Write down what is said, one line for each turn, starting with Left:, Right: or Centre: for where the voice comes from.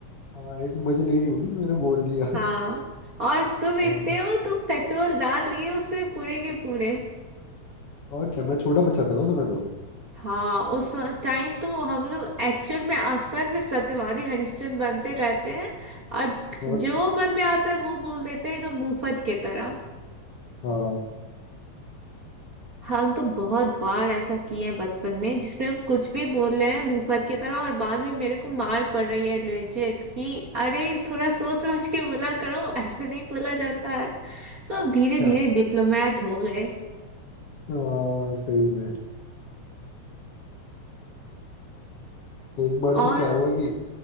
Left: हाँ ऐसे मजे ले रही होगी मैंने बोल दिया
Right: हाँ और तुम इतने
Left: और,
Right: हो तुम पेट्रोल डाल दिए उसमें पूरे के पूरे
Left: और क्या मैं छोटा बच्चा था ना उस समय तो
Right: हाँ उस टाइम तो हम लोग एक्चुअल में असल में सत्यवादी हरिश्चंद्र बनते रहते हैं और
Left: और
Right: जो मन में आता है वो बोल देते हैं तो मुफ्त की तरह
Left: हाँ
Right: हम तो बहुत बार ऐसा किए हैं बचपन में जिसमें हम कुछ भी बोल रहे हैं मुफ्त की तरह और बाद में मेरे को मार पड़ रही है लेजिट कि अरे थोड़ा सोच समझ के बोला करो ऐसे नहीं बोला जाता है सब धीरे
Left: क्या
Right: धीरे डिप्लोमेट हो गए
Left: हाँ सही में एक बार
Right: और
Left: तो क्या हुआ कि